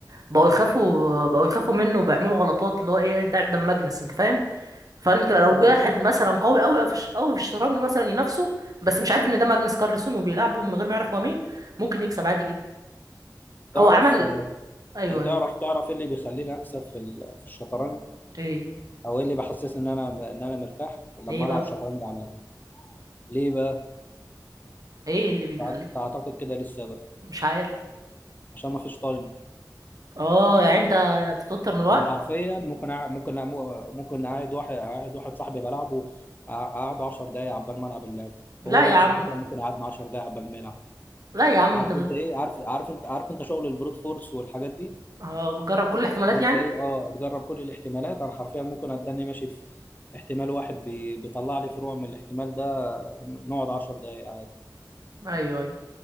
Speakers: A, on the right; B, on the left.
A: بقوا يخافوا بقوا يخافوا منه وبيعملوا غلطات اللي هو ايه انت قاعد قدام ماجنس انت فاهم فانت لو
B: اه
A: جه واحد مثلا قوي قوي او في الش- أوي في الشطرنج مثلا ينافسه بس مش عارف ان ده ماجنس كارلسون وبيلعبه من غير ما يعرف هو مين ممكن يكسب عادي جدا
B: تعرف
A: هو عمل ايوه ايوه
B: تعرف تعرف ايه اللي بيخليني اكسب في ال- في الشطرنج
A: ايه
B: او ايه اللي بحسسني ان انا ان انا مرتاح لما
A: ايه بقى
B: العب شطرنج على ليه بقى
A: ايه اللي بيخليك
B: تع- تعتقد كده ليه السبب
A: مش عارف
B: عشان ما فيش تايم
A: اه يعني انت بتتوتر من الوقت
B: انا حرفيا ممكن أع- ممكن أ- ممكن اقعد واحد اقعد واحد صاحبي بلعبه اقعد 10 دقايق عبال ما العب اللعبه
A: لا
B: وهو
A: يا
B: نفس
A: عم
B: الحكايه ممكن يقعدنا 10 دقايق عبال ما يلعب
A: لا يا عم
B: عارف
A: انت
B: انت ايه عارف عارف انت عارف انت شغل البروت فورس والحاجات دي
A: اه بتجرب كل الاحتمالات
B: اللي
A: يعني
B: انت ايه اه تجرب كل الاحتمالات انا حرفيا ممكن اتدني ماشي في في احتمال واحد بي- بيطلع لي فروع من الاحتمال ده نقعد 10 دقايق عادي
A: ايوه ايوه